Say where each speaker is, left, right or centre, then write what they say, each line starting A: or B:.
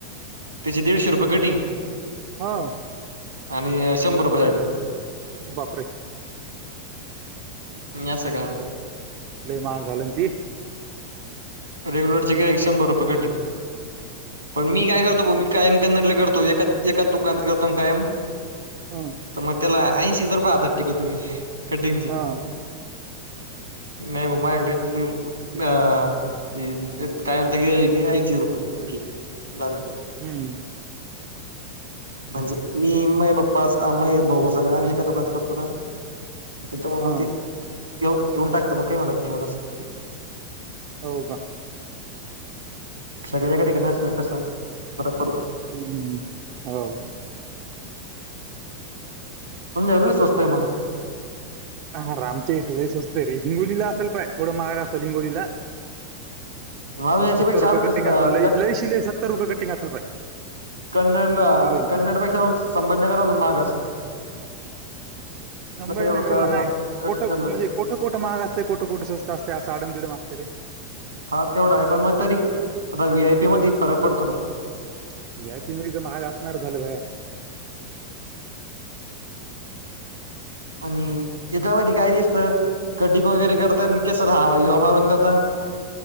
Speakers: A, on the right (about 80°); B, on the right (about 45°).
A: त्याची दीडशे रुपये कटिंग
B: ह
A: आणि शंभर रुपये साठी
B: बापरे.
A: या सगळ्यांनी.
B: लय महाग झाल ना ती
A: रेग्युलरचे गिऱ्हाईक शंभर रुपये कटिंग. पण मी काय करतो बुवा मी कायम कन्नड ला करतो एका एकाच दुकानात करतो आणि कायम
B: ह.
A: तर मग त्याला ऐंशीच रुपय हातात टेकवितो मी. कटिंग चे.
B: हा
A: नाही मग माझ्याकडे मी अ. ये ये कायमच गिऱ्हाईक घे ऐंशी रुपये घे झालं.
B: हम्म.
A: म्हणजे मी, माय पप्पा, आ माय भाऊ सगळ्या आम्ही एका दुकानात करतो ना. ते त म
B: हा
A: म ते येऊ घेऊन टाकतं, मग काय म्हणत नाही एवढ असं.
B: हो का.
A: सगळ्याकडे <unintelligible> न असंल तसं फरक पडतो.
B: हम्म हम् हो.
A: तुमच्याकड लय स्वस्त हाय मग.
B: हा रं आमच्या इथं लई स्वस्त हाय रे. हिंगोलीला असेल पाय थोड महाग असेल हिंगोलीला.
A: माझ याच्यापेक्षा
B: सत्तर रुपये
A: आमचं
B: कटिंग
A: अ
B: असेल लय लयशी लय सत्तर रुपये कटिंग असेल पाय
A: कन्नडला
B: हिंगोलीला
A: कन्नडपेक्षा संगमनेर महाग असंल.
B: संभाजीनगरला
A: एवढं
B: नाही कोठं
A: काम
B: म्हणजे कोठं कोठं महाग असतंय कोठं कोठं स्वत असतंय, आडम धीडम असतं. सरी.
A: हा तेवढा आहे पण मग तरी आता व्ही आयपी मध्ये फरक पडतो ना.
B: सी आय पी मध्ये तर महाग असणार झालं भैया.
A: आणि तिच्यामध्ये काय दिसतं कटिंग वगैरे करताना केस रहावा <unintelligible> देता.